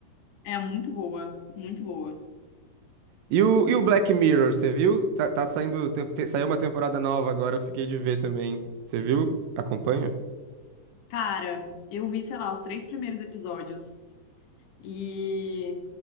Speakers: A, on the left; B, on the right.
A: É muito boa, muito boa.
B: E o, e o Black Mirror, você viu? Tá, tá saindo, tem- te- saiu uma temporada nova agora, eu fiquei de ver também. Você viu? Acompanha?
A: Cara, eu vi, sei lá, os três primeiros episódios. E,